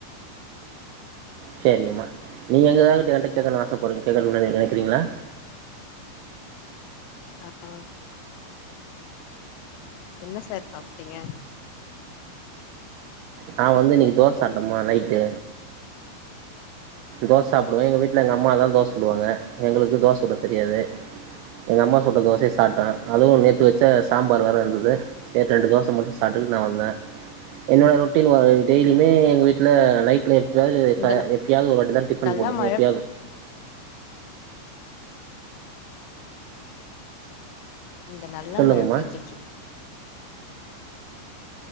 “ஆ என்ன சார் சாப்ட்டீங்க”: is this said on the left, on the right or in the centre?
Left